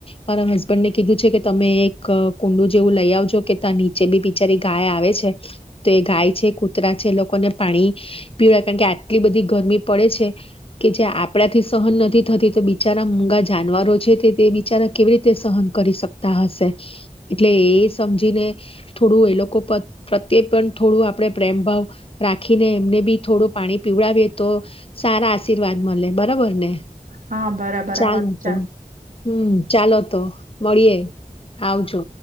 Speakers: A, on the left; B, on the right.
A: મારા હસબન્ડને કીધું છે કે તમે એક કુંડું જેવું લઈ આવજો કે ત્યાં નીચે બી બિચારી ગાય આવે છે એ તો એ ગાય છે, કૂતરા છે, એ લોકોને પાણી પીવા કારણ કે આટલી બધી ગરમી પડે છે, કે જે આપડાથી સહન નથી થતી તો બિચારા મૂગા જાનવરો છે તે તે બિચારા કેવી રીતે સહન કરી શકતા હશે, એટલે એ સમજીને થોડું એ લોકો પર પ્રત્યે પણ થોડું આપડે પ્રેમ ભાવ રાખીને એમને બી થોડું પાણી પીવડાવીએ તો સારા આશીર્વાદ મલે. બરબર ને?
B: હા બરાબર
A: ચાલો
B: આ વાત ચા
A: તો. હમ્મ. ચાલો તો, મળીએે, આવજો.